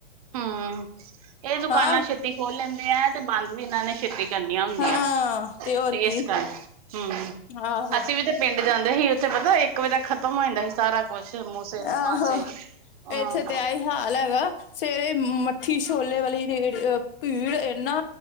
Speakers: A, on the right (about 40°); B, on the left (about 65°).
A: ਹਾਂ ਇਹ ਦੁਕਾਨਾਂ
B: ਹਾਂ
A: ਛੇਤੀ ਖੋਲ ਲੈਂਦੇ ਆ ਤੇ ਬੰਦ ਵੀ ਇਹਨਾਂ ਨੇ ਛੇਤੀ ਕਰਨੀੀਆਂ ਹੁੰਦੀਆਂ
B: ਹਾਂ
A: ਤੇ
B: ਹੋਰ ਕੀ
A: ਇਸ ਕਰ ਹਮ
B: ਆਹੋ
A: ਅਸੀਂ ਵੀ ਤੇ ਪਿੰਡ ਜਾਂਦੇ ਸੀ ਉੱਥੇ ਪਤਾ ਇੱਕ ਇਕ ਵਜ ਤ ਖਤਮ ਹੋ ਜਾਂਦਾ ਸੀ ਸਾਰਾ ਕੁਛ, ਸਮੂਸੇ
B: ਆਹੋ
A: ਮਾਸੇ ਹਮ।
B: ਇੱਥੇ ਤੇ ਇਹੀ ਹਾਲ ਹੈਗਾ, ਸਵੇਰੇ ਮੱਠੀ ਛੋਲੇ ਵਾਲੀ ਰੇੜ, ਭੀੜ ਇਨਾ!